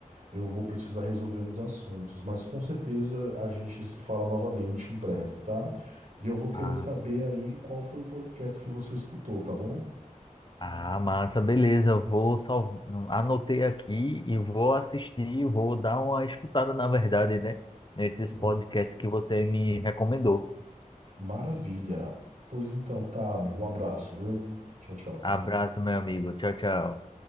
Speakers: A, on the right; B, on the left.
A: Eu vou precisar resolver uns assuntos, mas com certeza a gente se fala novamente em breve, tá? E eu vou querer
B: Ah,
A: saber aí qual foi o podcast que você escutou, tá bom?
B: ah, massa, beleza. Eu Vou sal... anotei aqui e vou assistir, vou dar uma escutada, na verdade, né? Nesses
A: Uhum.
B: podcasts que você me recomendou.
A: Maravilha. Pois então, tá, amigo. Um abraço, viu? Tchau, tchau.
B: Abraço, meu amigo. Tchau, tchau.